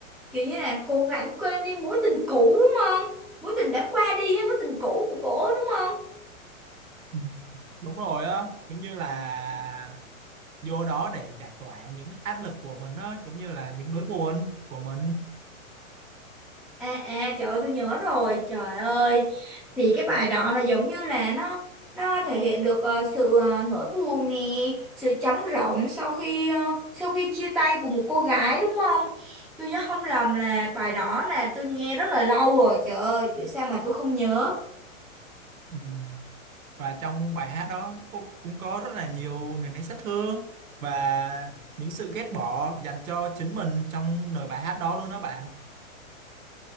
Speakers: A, in the centre; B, on the right.
A: kiểu như là cố gắng quên đi mối tình cũ đúng không mối tình đã qua đi á, mối tình cũ của cổ đúng không
B: Ừ. đúng rồi á giống như là vô đó để giải tỏa những áp lực của mình á giống như là những nỗi buồn của mình
A: À, à trời ơi tôi nhớ rồi trời ơi thì cái bài đó là giống như là nó nó thể hiện được ờ, sự ờ, nỗi buồn nè sự trống rỗng sau khi ờ, sau khi chia tay của một cô gái đúng không tôi nhớ không lầm là bài đó là tôi nghe rất là lâu rồi trời ơi vì sao mà tôi không nhớ
B: Ừ. và trong bài hát đó cô cũng có rất là nhiều nền nếp sát thương và những sự ghét bỏ dành cho chính mình trong lời bài hát đó luôn đó bạn